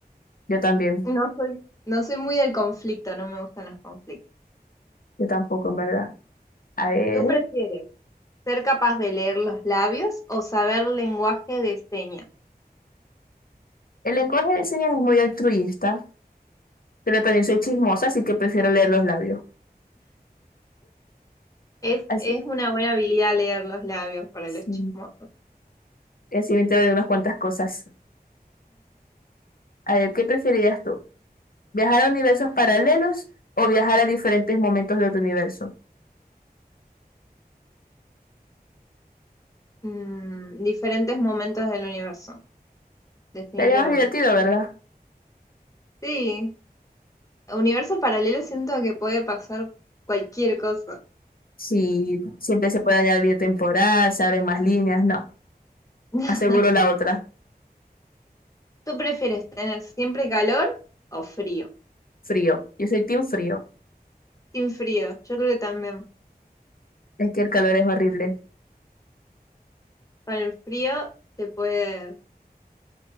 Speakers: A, on the left; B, on the left.
A: Yo también,
B: No soy, no soy muy del conflicto, no me gustan los conflictos.
A: yo tampoco, en verdad. A ver,
B: ¿Tú prefieres ser capaz de leer los labios o saber lenguaje de señas?
A: el lenguaje de señas es muy altruista, pero también soy chismosa, así que prefiero leer los labios.
B: Es,
A: Así,
B: es una buena habilidad leer los labios para
A: sí.
B: los chismos.
A: Y así me entero de unas cuantas cosas. A ver, ¿qué preferirías tú? ¿Viajar a universos paralelos o viajar a diferentes momentos de tu universo?
B: Mm, diferentes momentos del universo, definitivamente.
A: Sería más divertido, ¿verdad?
B: Sí, universo paralelo siento que puede pasar cualquier cosa.
A: Si siempre se puede añadir temporada se abren más líneas, no.
B: <laughs>
A: Aseguro la otra.
B: ¿Tú prefieres tener siempre calor o frío?
A: Frío. Yo soy team frío.
B: Sin frío, yo creo que también.
A: Es que el calor es horrible.
B: Con el frío te puedes,